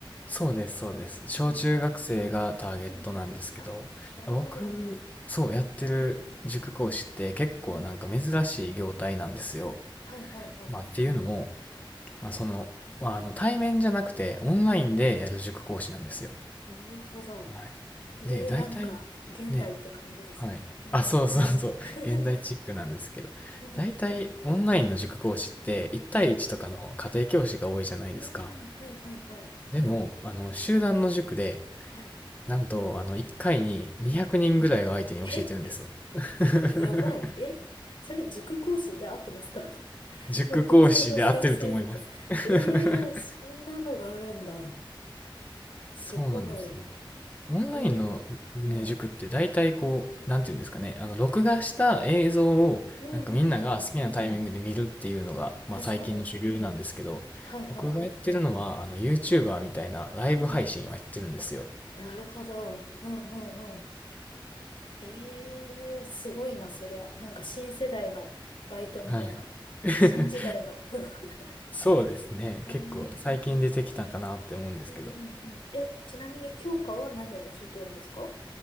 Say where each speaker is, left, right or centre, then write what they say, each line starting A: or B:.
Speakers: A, on the left; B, on the left.
A: そうです、そうです。小中学生がターゲットなんですけど、
B: うん、うんうん。あ、なるほど。
A: 僕、そうやってる塾講師って結構なんか珍しい業態なんですよ。
B: うん、うん。はいはいはい
A: まあっていうのも、まあ、その、まああの対面じゃなくてオンラインでやる塾講師なんですよ。
B: うん。なるほど。
A: はい
B: いい、
A: で、大体、
B: なんか、現代って感じですね。
A: ね、はい。
B: うんうん。
A: あ、そうそうそう。
B: <laughs>
A: 現代チックなんですけど。
B: うん、
A: 大体、オンラインの塾講師って、1対1とかの家庭教師が多いじゃないですか。
B: うん、うん、はいはいはい。
A: でも、あの、集団の塾で、
B: はい、
A: なんと、あの、1回に200人ぐらいを相手に教えてるんですよ。
B: うん。え、
A: <laughs>
B: やばい。え、それ塾講師で合ってますか <laughs>
A: 塾講師で合ってると思います。
B: もう普通の先生みたい。
A: <laughs>
B: ええー、そんなのがあるんだ。すごい。
A: そうなんですよ。オンラインの、
B: ええー、
A: ね、
B: うん、
A: 塾って大体こう、なんていうんですかね、あの、録画した映像を、
B: うん、
A: なんかみんなが好きなタイミングで見るっていうのが、
B: うん、うん。
A: まあ最近の主流なんですけど、
B: 確かに。はいはいはい。
A: 僕がやってるのは、あの、YouTuber みたいなライブ配信をやってるんですよ。
B: うん。なるほど。うん、うん、うん。ええすごいな、そりゃ。なんか新世代のバイトみたいな。
A: はい。<laughs>
B: 新時代の。<laughs>
A: そうですね。
B: うん、
A: 結構最近出てきたかなって思うんですけど。
B: うん、うん、うん。え、ちなみに教科は何を教えてるんですか